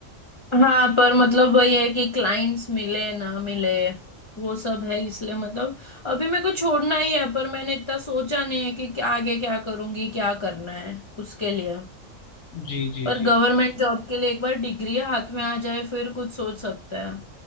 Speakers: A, on the left (about 35°); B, on the left (about 80°).
A: हाँ पर मतलब वही है कि क्लाइंट्स मिले ना मिले वो सब है इसलिए मतलब अभी मेरे को छोड़ना ही है पर मैंने इतना सोचा नहीं है कि क्या आगे क्या करूँगी क्या करना है उसके लिए
B: जी जी
A: पर
B: जी
A: गवर्नमेंट जॉब के लिए एक बार डिग्री हाथ में आ जाए फिर कुछ सोच सकते हैं